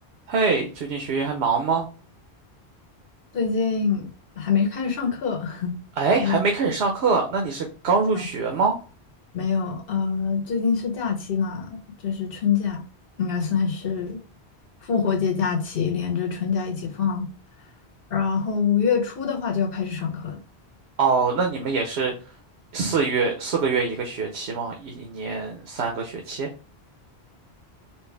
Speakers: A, on the right (about 75°); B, on the left (about 60°).
A: 嘿，最近学业还忙吗？
B: 最近还没开始上课，<laughs>
A: 哎，
B: 你在
A: 还没开始上课，那你是刚入学吗？
B: 忙没有？呃，最近是假期嘛，就是春假，应该算是复活节假期连着春假一起放。然后五月初的话就要开始上课了。
A: 哦，那你们也是四月四个月一个学期吗？一一年三个学期？